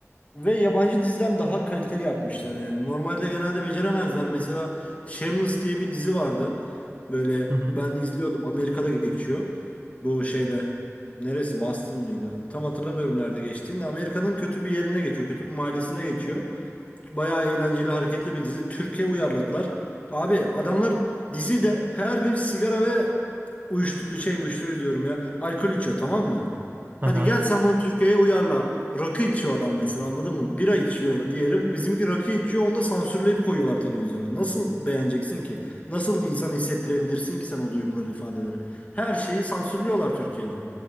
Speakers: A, on the left; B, on the right.
A: ve yabancı diziden daha kaliteli yapmışlar yani. Normalde genelde beceremezler. Mesela Shameless diye bir dizi vardı. Böyle
B: Hı hı.
A: ben izliyordum. Amerika'da geçiyor. Bu şeyde neresi Boston mıydı? Tam hatırlamıyorum nerede geçtiğini. de. Amerika'nın kötü bir yerinde geçiyor. Kötü bir mahallesinde geçiyor. Bayağı eğlenceli, hareketli bir dizi. Türkiye uyarladılar. Abi adamlar dizide her gün sigara ve uyuşturucu şey uyuşturucu diyorum ya. Alkol içiyor tamam mı? Hadi
B: Hı hı.
A: gel sen bunu Türkiye'ye uyarla. Rakı içiyor adam mesela anladın mı? Bira içiyor diğeri. Bu bizimki rakı içiyor. Onu da sansürleyip koyuyorlar televizyona. Nasıl beğeneceksin ki? Nasıl insan hissettirebilirsin ki sen o duyguları, ifadeleri? Her şeyi sansürlüyorlar Türkiye'de.